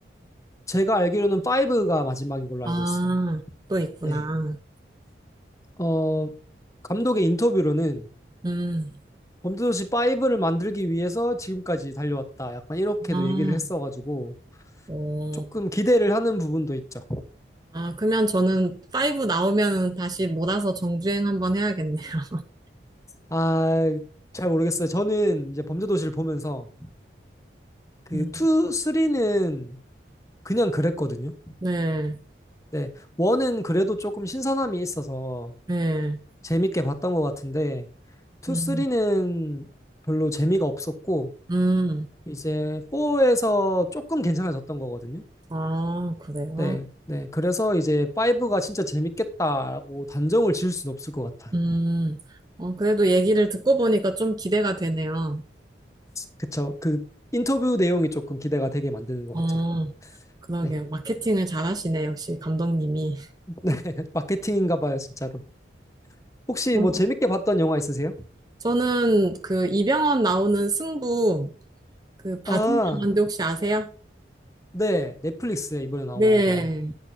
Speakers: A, on the left; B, on the right.
A: 제가 알기로는 5가 마지막인 걸로
B: 아,
A: 알고 있어요.
B: 또 있구나.
A: 네. 어, 감독의 인터뷰로는
B: 음.
A: 범죄도시 5를 만들기 위해서 지금까지 달려왔다. 약간 이렇게도
B: 아,
A: 얘기를 했어가지고
B: 오.
A: 조금 기대를 하는 부분도 있죠.
B: 아, 그러면 저는 5 나오면 다시 몰아서 정주행 한번 해야겠네요. <laughs>
A: 아, 잘 모르겠어요. 저는 이제 범죄도시를 보면서 그
B: 음.
A: 2, 3는 그냥 그랬거든요.
B: 네.
A: 네, 1은 그래도 조금 신선함이 있어서
B: 네.
A: 재밌게 봤던 것 같은데 2,
B: 음,
A: 3는 별로 재미가 없었고
B: 음,
A: 이제 4에서 조금 괜찮아졌던 거거든요.
B: 아, 그래요?
A: 네, 네. 그래서 이제 5가 진짜 재밌겠다라고 단정을 지을 수는 없을 것 같아요.
B: 음, 어, 그래도 얘기를 듣고 보니까 좀 기대가 되네요.
A: 그쵸. 그 인터뷰 내용이 조금 기대가 되게 만드는 것
B: 어,
A: 같죠.
B: 그러게요.
A: 네.
B: 마케팅을 잘하시네, 역시 감독님이.
A: <laughs> 마케팅인가 봐요, 진짜로. 혹시
B: 음.
A: 뭐 재밌게 봤던 영화 있으세요?
B: 저는 그 이병헌 나오는 승부, 그 봐준
A: 아,
B: 영화인데 혹시 아세요?
A: 네. 넷플릭스에 이번에 나온
B: 네.
A: 거.